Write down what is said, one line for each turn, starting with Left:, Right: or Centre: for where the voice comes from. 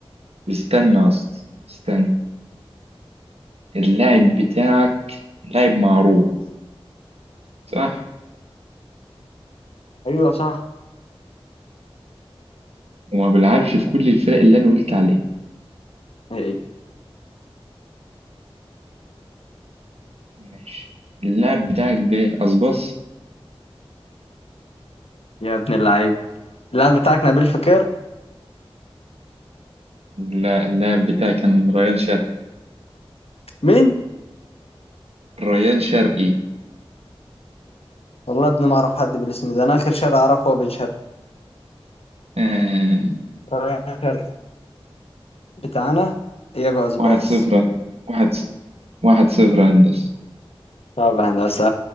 Right: استنى أصلا استنى اللاعب بتاعك لاعب معروف صح
Left: ايوه صح
Right: وما بيلعبش في كل الفرق اللي أنا قلت عليها
Left: ايوه
Right: ماشي اللاعب بتاعك ده أصبص
Left: يا ابن اللعيب اللاعب بتاعك نبيل فقير
Right: لا اللاعب بتاعي كان ريان شرقي
Left: مين
Right: ريان شرقي
Left: والله ابني ما اعرف حد بالاسم ده انا اخر شارع اعرفه هو بن شرقي
Right: آه.
Left: رايح شرقي بتاعنا يجوز
Right: واحد
Left: بس
Right: صفر واحد ص- واحد صفر يا هندسة
Left: طب هندسة